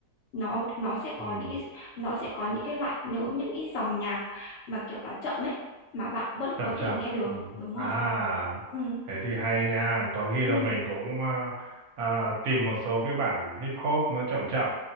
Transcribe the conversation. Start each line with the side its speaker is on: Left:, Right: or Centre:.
Left: nó nó sẽ có
Right: ừ,
Left: những cái nó sẽ có những cái loại nhớ những cái dòng nhạc mà kiểu là chậm ấy mà bạn vẫn có
Right: chậm chậm
Left: thể nghe được
Right: ừ.
Left: đúng rồi
Right: à
Left: ừ.
Right: thế thì hay nha có khi
Left: Ừ,
Right: là mình cũng à, à, tìm một số cái bản hip hop nó chậm chậm